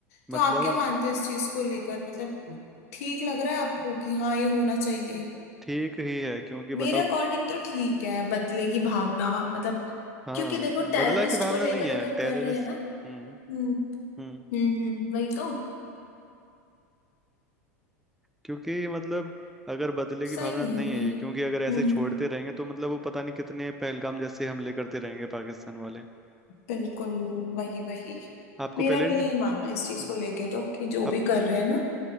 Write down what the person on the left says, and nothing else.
तो आप क्या मानते हो इस चीज को लेकर मतलब ठीक लग रहा है आपको कि हाँ ये होना चाहिए
मेरे
अकॉर्डिंग तो ठीक है बदले की भावना मतलब
क्योंकि देखो
टेररिस्ट
को लेकर
अगर
कर रहे हैं ना
हम्म
हम्म हम्म, वही तो
सही
है ये
हम्म
बिल्कुल वही वही
मेरा
भी
यही मानना है इस
चीज को लेके तो कि जो
भी कर रहे हैं ना